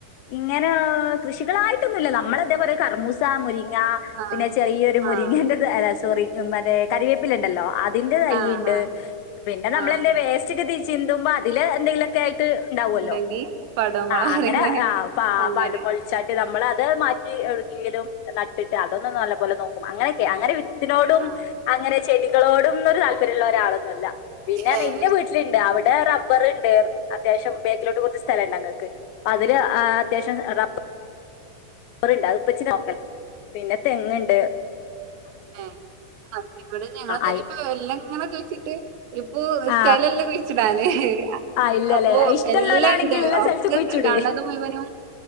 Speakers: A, on the left (about 85°); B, on the right (about 80°).
A: ഇങ്ങനെ കൃഷികളായിട്ടൊന്നുല്ല. നമ്മെളെതെ <unintelligible> കർമ്മൂസ് മുരിങ്ങ,
B: ആഹ്
A: പിന്നെ ചെറിയൊരു മുരിങ്ങേന്റെത്
B: ആഹ്
A: അല്ല സോറി, മെറ്റേ കരിവേപ്പിലൊണ്ടല്ലോ. അതിന്റെ തയ്യ്ണ്ട്.
B: ആഹ് ആഹ്
A: പിന്നെ നമ്മളല്ലേ
B: ആഹ്
A: വേസ്റ്റെക്കെക്കി ചിന്തുമ്പോ അതില് എന്തെങ്കിലും ത്തായിട്ട് ഉണ്ടാവൊല്ലോ.
B: ഉണ്ടെങ്കി പടവമൊള
A: ആഹ് അങ്ങനെ
B: അറിയണേ
A: ആഹ് പാ
B: അങ്ങനെ
A: പടുമൊഴിച്ചാ നമ്മളത് മാറ്റി എവെടെക്കെങ്കിലും നട്ടിട്ട് അതൊന്നു നല്ല പോലെ നോക്കും. അങ്ങെനെക്കെയാ. അങ്ങനെ വി ത്തിനോടും
B: ആഹ്
A: അങ്ങെനെ ചെടികളോടുന്നൊരു താല്പര്യമൊള്ളാരാളൊന്നുവല്ല. പിന്നെ അർഞ്ഞ
B: ഏഹ്
A: ഇന്റെ വീട്ടില്ണ്ട്. അവെടെ റബ്ബറ് ബ്ബേർ അത്യാവശ്യം ബേക്കിലോട്ട് കൊർച്ച് സ്ഥലണ്ടങ്ങക്ക്. അതില് ആഹ് അത്യാവശ്യം റബ്ബ റ്ണ്ട്. അത്പ്പച്ചിനെ നോക്കൽ പിന്നെ തെങ്ങ്ണ്ട്.
B: ഏ ആഹ് ഇവടെ ഞങ്ങളെ വല്ലിപ്പ
A: ആയി
B: വെല്ലെങ്ങനെ കുഴ്ച്ചിട്ട് ഇപ്പൊ
A: ആ
B: സ്ഥലല്ലാക്കുഴി കുഴിച്ചിടാനേ.
A: ആ ഇല്ലല്ലേ
B: അപ്പൊ
A: ഇഷ്ടമുള്ളവരാണെങ്കിൽ
B: എല്ലാണ്ട്.
A: ഉള്ള
B: ഒക്ക
A: സ്ഥലത്ത് കുഴിച്ചിടേ
B: കാണത് മുഴുവനും